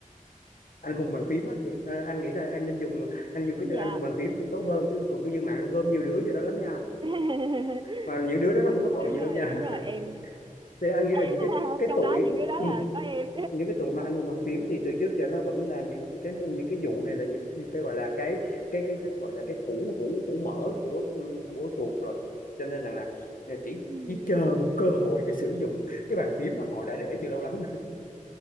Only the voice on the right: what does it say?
dạ
<laughs>
Ờ,
đúng
rồi
đúng rồi em
<laughs>
trong
đó những đứa đó
là có em
<laughs> ừ.